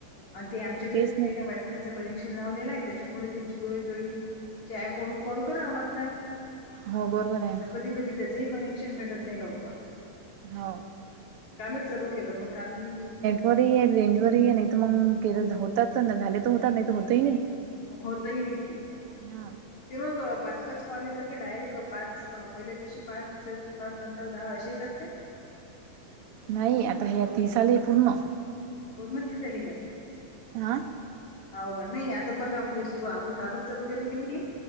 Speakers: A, on the left (about 55°); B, on the right (about 60°).
A: आणि ते आमच्या घरी
B: तेच
A: माहिती
B: ना.
A: आहे काय वाई ह्याच कनेक्शन लावलेलं आहे त्याच्यामुळे ते जिओ जॉईन त्या अँपवरून कॉल करावा लागता
B: हो बरोबर आहे.
A: तर कधी कधी त्याचे हे कनेक्शन भेटत नाही लवकर
B: हां
A: कालच चालू केलं मग काल मी
B: वर रेंज वर ही नाही तर मंग केलं होतात. झाले तर होतात नाही होतही नाही.
A: होत ते ही निघते
B: हा.
A: मंग पाच पाच कॉल येतात की डायरेक्ट पाच च पहिल्या दिवशी पाच, दुसऱ्या दिवशी पाच नंतर दहा असे येतात काय?
B: नाही आता तीस आले पूर्ण.
A: पूर्ण तीस झाली काय?
B: हा..
A: औ गं नाही आहे आता बघा मी सुरू आम्ही कालच चालू केलं की नाय हे